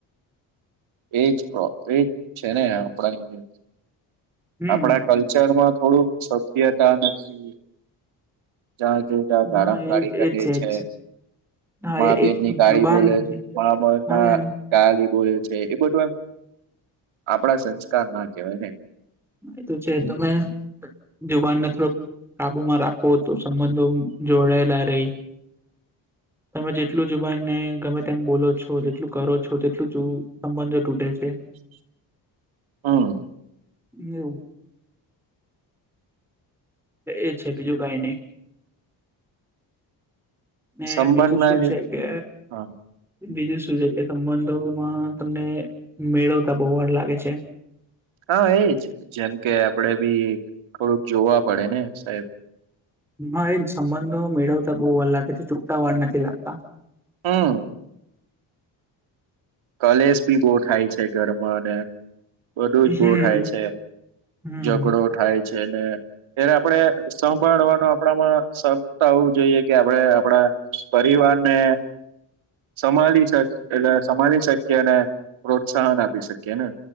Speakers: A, on the right; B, in the centre.
A: એજ તો એજ છે ને આપણા
B: હમ
A: આપણા કલ્ચરમાં થોડુંક સભ્યતા નથી. જ્યાં જો ત્યાં
B: હા
A: અપ
B: એ
A: શબ્દ
B: એજ
A: બોલીએ છે
B: એજ હા
A: મા
B: એ
A: બેનની
B: એક
A: વિશે
B: જુબાન
A: ખોટા શબ્દ બોલે મા બેનના
B: હા એ
A: ખોટા શબ્દ બોલે છે એ બધું એમ આપણા સંસ્કાર ના કહેવાય ને
B: એ તો છે તમે જુબાનને થોડોક કાબુમાં રાખો તો સંબંધો જોડાયેલા રહે.
A: <unintelligible> <inaudible>
B: તમે જેટલું જુબાનને ગમે તેમ બોલો છો, જેટલું કરો છો, તેટલું જ સંબંધો તૂટે છે.
A: હું.
B: <unintelligible> <inaudible> એ છે બીજું કઈ નઈ, ને
A: સંભાળ
B: બીજું
A: ના
B: શું
A: લે
B: છે, કે
A: હા
B: બીજું શું છે, કે સંબંધોમાં તમને મેળવતા બહુવાર લાગે છે.
A: હા એજ જેમ કે આપડે ભી થોડુંક જોવા પડેને સાહેબ.
B: મા એજ સંબંધો મેળવતા બહુવા લાગે છે, ચૂકતા વાર નથી લાગતા.
A: હું. કલેશ ભી બહુ થાય છે, ઘરમાં અને. બધું
B: હમ
A: જ બોવ થાય છે,
B: હમ
A: ઝગડો થાય છે, ને ત્યારે આપડે સંભાળવાનો આપડામાં ક્ષમતા હોવુ જોઈએ કે આપડે આપડા, પરિવારને સંભાળ શકે એટલે સંભાળ. શકીએ અને પ્રોત્સાહન આપી શકીએ ને,